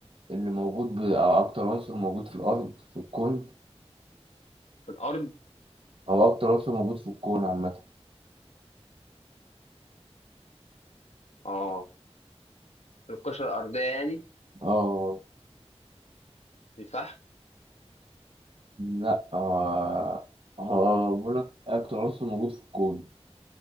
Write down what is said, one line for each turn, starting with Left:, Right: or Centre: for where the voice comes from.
Right: اللي موجود ب... او اكتر عنصر موجود في الارض في الكون
Left: في الأرض
Right: او اكتر عنصر موجود في الكون عامة
Left: اه القشرة الأرضية يعني
Right: اه
Left: الفحم
Right: لا آه، هو بقول لك اكتر عنصر موجود في الكون